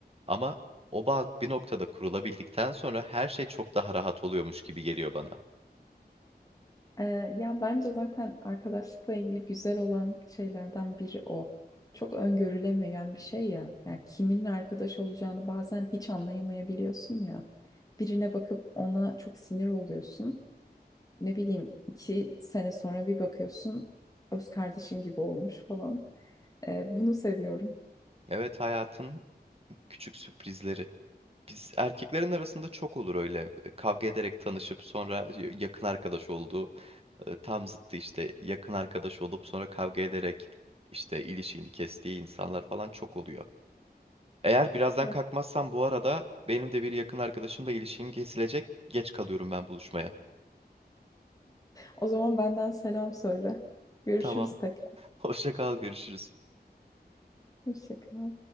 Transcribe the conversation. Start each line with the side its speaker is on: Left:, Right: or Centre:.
Right: Ama o bağ bir noktada kurulabildikten sonra her şey çok daha rahat oluyormuş gibi geliyor bana.
Left: E, ya bence zaten arkadaşlıkla ilgili güzel olan şeylerden biri o. Çok öngörülemeyen bir şey ya. Yani kiminle arkadaş olacağını bazen hiç anlayamayabiliyorsun ya. Birine bakıp ona çok sinir oluyorsun. Ne bileyim iki sene sonra bir bakıyorsun öz kardeşin gibi olmuş falan. Ee, bunu seviyorum.
Right: Evet hayatın küçük sürprizleri. Biz erkeklerin arasında çok olur öyle e, kavga ederek tanışıp sonra y- yakın arkadaş olduğu e, tam zıttı işte yakın arkadaş olup sonra kavga ederek işte ilişiğini kestiği insanlar falan çok oluyor. Eğer birazdan
Left: Evet.
Right: kalkmazsam bu arada benim de bir yakın arkadaşımla ilişiğim kesilecek. Geç kalıyorum ben buluşmaya.
Left: O zaman benden selam söyle. Görüşürüz
Right: Tamam.
Left: tekrar.
Right: <laughs> Hoşça kal, görüşürüz.
Left: Hoşça kal.